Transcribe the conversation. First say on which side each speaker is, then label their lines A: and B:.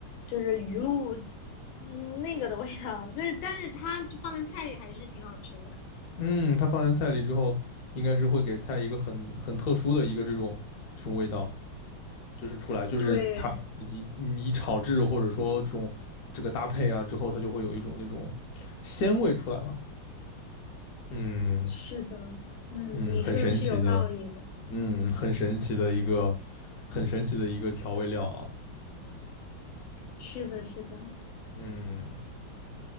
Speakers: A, on the left; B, on the left.
A: 就是鱼露嗯那个的味道，就是但是它放在菜里还是挺好吃的。
B: 嗯，它放在菜里之后，应该是会给菜一个很很特殊的一个这种这种味道。就是出来，就是它一你一炒制或者说这种这个搭配啊之后，
A: 对，
B: 它就会有一种那种鲜味出来吧。嗯
A: 是的，嗯，
B: 嗯，
A: 你说的是有道理的，
B: 很神奇的，嗯，
A: 嗯。
B: 很神奇的一个很神奇的一个调味料啊。
A: 是的，是的，
B: 嗯